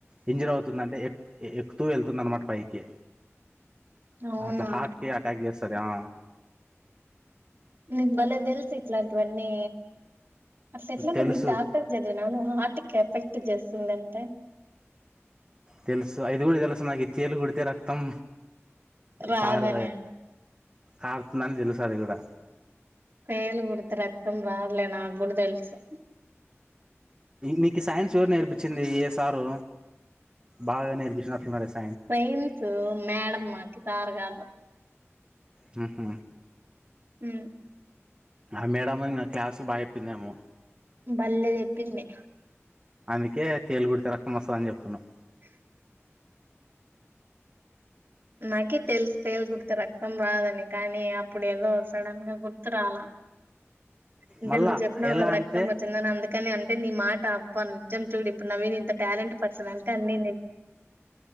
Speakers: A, on the right; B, on the right.
A: ఇంజరవుతుందంటే ఎక్ ఎక్కుతూ వెళ్తుందన్నమాట పైకి
B: అవునా
A: అట్లా హార్ట్ కి అటాక్ చేస్తది ఆ
B: నీకు బలే తెల్సు ఇట్లాన్ టివన్నీ అట్ల్ ఎట్ల
A: తెలుసు
B: నువ్వేం డా క్టర్ చదివినావా నువ్వు హార్ట్ కెఫెక్ట్ చేస్తుందంటే
A: తెల్సు ఇది కూడా తెల్సు నాకి తేలు కుడితే రక్తం
B: రాదనా
A: పారు కారుతుందని తెలుసు అది కూడా
B: తేలుకుడితే రక్తం రాదులే నాగ్గుడా తెల్సు
A: నీకి సైన్స్ ఎవరు నేర్పించింది ఏ సారు బాగా నేర్పించినట్టునడే సారు
B: సైన్సు మేడమ్ మాకి సారు కాదు
A: హు హు
B: ఊ
A: ఆమేడమూ ఇంగా క్లాసులో బాగా చెప్పిందేమో
B: బళ్లె చెప్పింది
A: అందుకే తేలు కుడితే రక్తం వస్తది అని చెప్తున్నావ్
B: <unintelligible> నాకి తెల్సు తేలు కుడితే రక్తం రాదని కానీ అప్పుడేదో సడన్ గా గుర్ ర్తురాల అంటే
A: మళ్ళా
B: నువ్వు చెప్పినావు
A: ఎలా
B: కదా రక్తం
A: అంటే
B: వస్ స్తుందని అందుకనే అంటే నీ మాట అబ్ నిజం చూడు ఇప్పుడు నవీన్ ఇంత టాలెంట్ పర్సన్ అంటే అన్ని నీకు <unintelligible>